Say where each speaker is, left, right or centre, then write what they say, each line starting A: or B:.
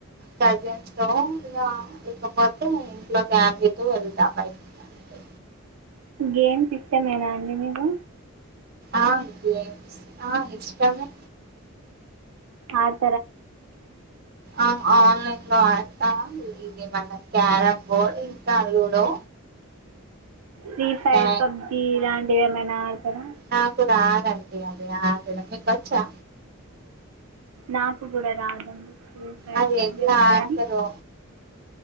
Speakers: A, on the right; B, on the right.
A: కజన్స్ తో ఇగ లేక పోతే ఇంట్లో ఫ్యామిలీ తో వెళ్తా బయటికి అంతే
B: గేమ్స్ ఇష్టమేనా అండి మీకు
A: ఆ గేమ్స్ ఆ ఇష్టమే
B: ఆడ్
A: ఆ ఆన్లైన్ లో ఆడతా ఇది ఏమన్నా క్యారం బోర్డ్ ఇంకా లూడో
B: ఫ్రీ ఫైర్
A: క్యా
B: తో పబ్జీ లాంటి ఏమైనా ఆడుతారా
A: నాకు రాదండీ అది. ఆడడం మీకు వచ్చా
B: నాకు కూడా రాదండి ఫ్రీ ఫైర్
A: అది
B: పబ్జీఅవి
A: ఎట్లా ఆడతారో